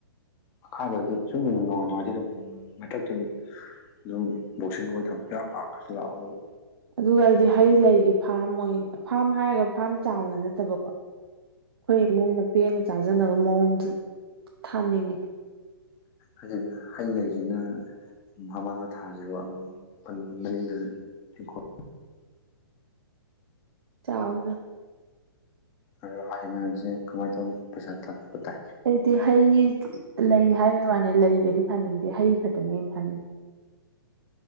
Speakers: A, on the left; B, on the right.
A: ꯃꯈꯥꯗꯗꯤ <unintelligible> ꯃꯊꯛꯇ ꯑꯗꯨꯝ ꯕꯨꯁꯤꯡꯒꯨꯝꯕꯩ ꯊꯃꯗꯩꯩ ꯂꯥꯎꯕꯗ
B: ꯑꯗꯨꯒ ꯑꯩꯗꯤ ꯍꯩ ꯂꯩꯒꯤ ꯐꯥꯔꯝ ꯑꯣꯏ ꯐꯥꯔꯝ ꯍꯥꯏꯔꯒ ꯐꯥꯔꯝ ꯆꯥꯎꯅ ꯅꯠꯇꯕꯀꯣ ꯑꯩꯈꯣꯏ ꯏꯃꯨꯡꯅ ꯄꯦꯟꯅ ꯆꯥꯖꯅꯕ ꯃꯑꯣꯡꯗ ꯊꯥꯅꯤꯡꯉꯤ
A: ꯑꯗꯨꯅꯦ ꯍꯩ ꯂꯩ ꯁꯤꯅ ꯃꯃꯥꯡꯗ ꯊꯥꯖꯦꯕ ꯃꯅꯤꯡꯗꯁꯨ ꯏꯪꯈꯣꯜ
B: ꯆꯥꯎꯅ
A: ꯑꯗꯣ ꯍꯥꯏꯔꯤ ꯃꯌꯥꯝꯁꯦ ꯀꯃꯥꯏ ꯇꯧꯅꯤ ꯄꯩꯁꯥ ꯇꯥꯟꯕ ꯇꯥꯏ
B: ꯑꯩꯗꯤ ꯍꯩ ꯂꯩ ꯍꯥꯏꯕꯩ ꯋꯥꯅꯦ ꯂꯩꯒꯗꯤ ꯊꯥꯅꯤꯡꯗꯦ ꯍꯩ ꯈꯛꯇꯅ ꯑꯩꯅꯥ ꯊꯥꯅꯤꯡꯒꯤꯁꯦ